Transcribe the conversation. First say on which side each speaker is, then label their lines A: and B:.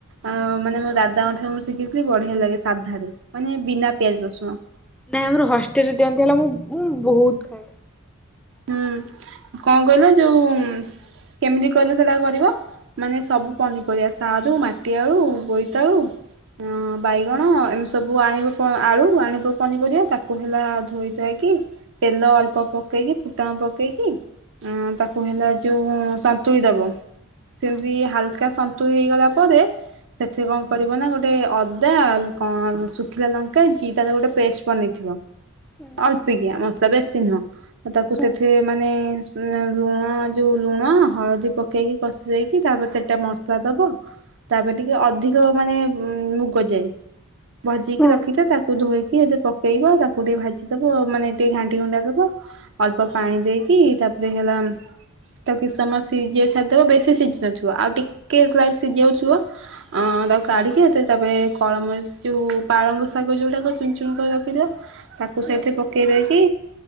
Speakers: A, on the right (about 60°); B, in the centre.
A: ଆ ମାନେ ମୋ ଦାଦାଙ୍କଠାରୁ ମୁଁ ଶିଖିଚି ବଢିଆ ଲାଗେ ସାଧାରେ ମାନେ ବିନା ପିଆଜ ରସୁଣ।
B: ନାଇଁ ଆମର ହଷ୍ଟେଲ ରେ ଦିଅନ୍ତି ହେଲା ମୁଁ ମୁଁ ବୋହୁ ତ ଖାଏ।
A: ହୁଁ କଣ କଇଲ ଯୋଉ କେମିତି କଇଲ ସେଟା କରିବ? ମାନେ ସବୁ ପନିପରିବା ସାରୁ ମାଟି ଆଳୁ ବୋଇତାଳୁ ଅଁ ବାଇଗଣ ଏମିତି ସବୁ ଆଣିବୁ ଆଳୁ ଆଣିବୁ ପନିପରିବା ତାକୁ <unintelligible> ହେଲା ଧୋଇଥାାଇକି ତେଲ ଅଳ୍ପ ପକେଇକି ଫୁଟଣ ପକେଇକି ଆ ତାକୁ ହେଲା ଯୋଉ ସନ୍ତୁଳି ଦବ। ସେମିତି
B: ହଁ
A: ହାଲକା ସନ୍ତୁଳ ହେଇଗଲା ପରେ ସେଥିରେ କଣ କରିବ ନା ଗୋଟେ <unintelligible> ଅଦା ଆଉ ଶୁଖିଲା ଲଙ୍କା ଜିରାର ଗୋଟେ ପେଷ୍ଟ ବନେଇଥିବ।
B: ହୁଁ
A: ଅଳ୍ପିକିଆ ମସଲା ବେଶୀ ନୁହଁ ତାକୁ ସେଥିରେ
B: ହୁଁ
A: ମାନେ ଉ ଲୁଣ ଯୋଉ ଲୁଣ ହଳଦୀ ପକେଇକି କଷି ଦେଇକି ତାପରେ ସେଟା ମସଲା ଦବ। ତାପରେ ଟିକେ ଅଧିକ ମାନେ ଉ ମୁଗଯାଇ ଭାଜିକି
B: ହୁଁ
A: ରଖିଥିବ ତାକୁ ଧୋଇକି ହେତିରେ ପକେଇବ ତାକୁ ଟିକେ ଭାଜିଦବ ମାନେ ଟିକେ ଘାଣ୍ଟି ଘୁଣ୍ଟା ଦବ। ଅଳ୍ପ ପାଣି ଦେଇକି ତାପରେ ହେଲା ତାକୁ କିଛି ସମୟ ସିଝେଇ ସାରିଦବ ବେଶୀ ସିଝି ନଥିବ ଆଉ ଟିକେ ସ୍ଲାଇଟ୍ ସିଝି ବାକୁଥିବ ଅଁ ତାକୁ କାଢିକି ତାପରେ କଳମ ସେଯୋଉ ପାଳଙ୍ଗ ଶାଗ ଯୋଉଟା କୋଉଚ ଚୁନ ଚୁନ ରଖିଥିବ ତାକୁ
B: ହୁଁ
A: ସେଇଥିରେ ପକେଇ ଦେଇକି